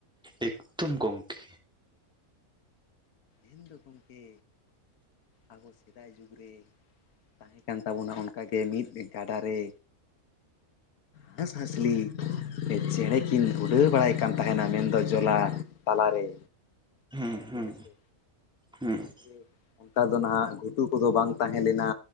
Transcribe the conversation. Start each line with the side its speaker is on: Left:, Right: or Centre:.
Centre: ᱮᱠᱫᱚᱢ ᱜᱚᱝᱠᱮ᱾
Left: ᱟᱞᱤᱧ ᱫᱚ ᱜᱚᱢᱠᱮ ᱟᱵᱚ ᱥᱮᱫᱟᱭ ᱡᱩᱜᱽ ᱨᱮ ᱛᱟᱦᱮᱸ ᱠᱟᱱ ᱛᱟᱵᱚᱱᱟ ᱚᱱᱠᱟᱼᱼ ᱢᱤᱫ ᱜᱟᱰᱟ ᱨᱮᱼᱼ ᱦᱮᱸᱥ ᱦᱟᱸᱥᱞᱤ ᱪᱮᱬᱮᱸ ᱠᱤᱱ ᱩᱰᱟᱹᱣ ᱵᱟᱲᱟᱭ ᱠᱟᱱ ᱛᱟᱦᱮᱱᱟ ᱢᱮᱱᱫᱚ ᱡᱚᱞᱟ ᱛᱟᱞᱟᱨᱮᱼᱼ
Centre: ᱦᱩᱸ ᱦᱩᱸ
Left: ᱦᱮᱸ ᱥᱮ
Centre: ᱦᱩᱸ
Left: ᱜᱚᱢᱠᱮ ᱚᱱᱠᱟ ᱫᱚ ᱱᱟᱦᱟᱜ ᱜᱷᱩᱴᱩ ᱠᱚᱫᱚ ᱵᱟᱝ ᱛᱟᱦᱮᱸ ᱞᱮᱱᱟ,